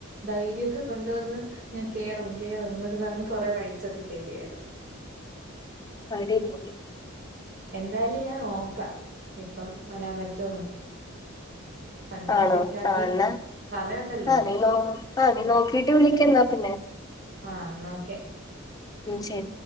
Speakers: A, on the right (about 50°); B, on the left (about 20°).
A: ധൈര്യമൊക്കെ കൊണ്ടുവന്ന് ഞാൻ കേറും കേറും എന്നൊക്കെ പറഞ്ഞ് കൊറേ റൈറ്റ്സൊക്കെ കേയറിയായിരുന്നു
B: <unintelligible>
A: എന്തായാലും ഞാൻ നോക്കാം ഇപ്പം വരാം പറ്റോന്ന് ഫാണ്ടൊക്കെ
B: ആണോ
A: സെറ്റാക്കി
B: ആഹ് എന്നാ
A: സമയാെണ്ടല്ലോ
B: ആഹ് നീ നോ ആഹ് നീ നോക്കീട്ട് വിളിക്ക് എന്നാ പിന്നെ
A: ആഹ് ന്നാ ഓക്കെ
B: ഉം ശരി